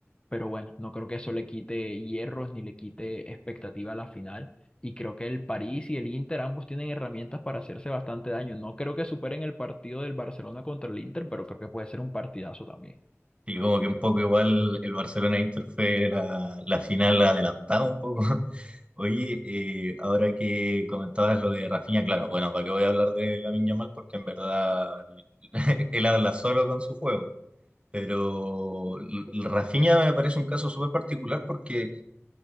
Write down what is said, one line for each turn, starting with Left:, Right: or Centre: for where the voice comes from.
Left: pero bueno, no creo que eso le quite hierros ni le quite expectativa a la final. Y creo que el París y el Inter ambos tienen herramientas para hacerse bastante daño. No creo que superen el partido del Barcelona contra el Inter, pero creo que puede ser un partidazo también.
Right: Y como que un poco igual el Barcelona-Inter fue la, la final adelantada un poco. <laughs> Oye, eh, ahora que comentabas lo de Rafinha, claro, bueno, ¿para qué voy a hablar de Lamine Yamal? Porque en verdad <laughs> él habla solo con su juego. Pero l- l- Rafinha me parece un caso súper particular porque